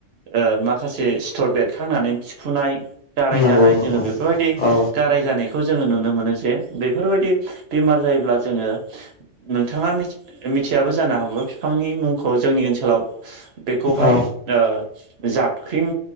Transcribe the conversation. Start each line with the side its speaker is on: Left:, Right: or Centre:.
Right: ओ माखासे सिथर बेरखांनानै थिफुनाय गाराय
Left: नंगौ
Right: जानाय
Left: नंगौ
Right: जोंङो बे बेफोरबायदि
Left: औ
Right: गाराय जानायखौ जोंङो नुनो मोनो जे बेफोरबायदि बेमार जायोब्ला जोंङो नोंथांङा मिथियाबो जानो हागौ बिफांनि मुंखौ जोंनि ओनसोलाव बेखौहाय
Left: औ
Right: ओ जाबख्रिं